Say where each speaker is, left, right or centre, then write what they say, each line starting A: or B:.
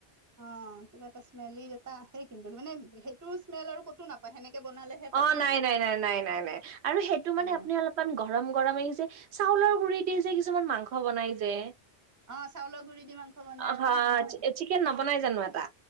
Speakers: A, on the right; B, on the right.
A: অ' কিবা এটা স্মেলি এটা আহেই কিন্তু মানে সেইটো স্মেল আৰু ক'তো নাপায় সেনেকে বনালেহে পা
B: অ'
A: আহে
B: নাই নাই নাই নাই নাই নাই আৰু সেইটো মানে
A: উম
B: আপুনি অলপমান গৰম গৰম আহি যে চাউলৰ গুৰি দি যে কিছুমান মাংস বনাই যে।
A: অ চাউলৰ গুৰি দি মাংস বনাই
B: হা
A: অ অ
B: চিকেন নবনাই জানো এটা?